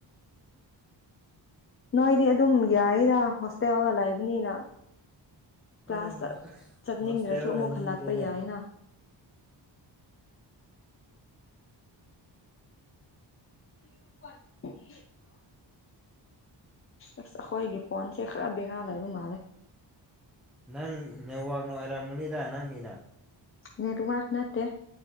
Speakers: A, on the left (about 30°); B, in the centre.
A: ꯅꯣꯏꯗꯤ ꯑꯗꯨꯝ ꯌꯥꯢꯗ ꯍꯣꯁꯇꯦꯜꯗ ꯂꯩꯕꯅꯤꯅ ꯀ꯭ꯂꯥꯁ
B: ꯑ ꯑꯁ
A: ꯆꯠꯅꯤꯡꯗ꯭ꯔꯁꯨ
B: ꯍꯣꯁꯇꯦꯜ
A: ꯑꯃꯨꯛ
B: ꯂꯩꯅꯤꯡꯗ꯭ꯔꯦꯅꯦ
A: ꯍꯜꯂꯛꯄ ꯌꯥꯏꯅ <unintelligible> ꯑꯁ ꯑꯩꯈꯣꯏꯒꯤ ꯐꯣꯟꯁꯦ ꯈꯔ ꯕꯦꯔꯥ ꯂꯩꯕ ꯃꯥꯜꯂꯦ
B: ꯅꯪ ꯅꯦꯠꯋꯥꯛꯅ ꯑꯣꯏꯔꯝꯒꯅꯤꯗ ꯅꯪꯒꯤꯅ
A: ꯅꯦꯠꯋꯥꯔꯛ ꯅꯠꯇꯦ